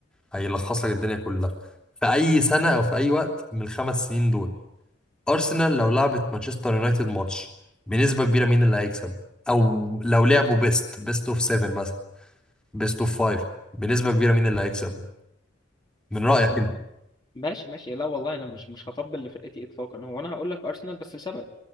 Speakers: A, in the centre; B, on the left.
A: هيلخص لك الدنيا كلها في اي سنه او في اي وقت من الخمس سنين دول أرسنال لو لعبت مانشستر يونايتد ماتش بنسبة كبيرة مين اللي هيكسب أو لو لعبوا بيست بيست أوف 7 مثلا بيست أوف 5 بنسبة كبيرة مين اللي هيكسب من رأيك
B: بص انا
A: أنت
B: ماشي ماشي لا والله انا مش مش هطبل لفرقتي اطلاقا هو انا هقول لك ارسنال بس لسبب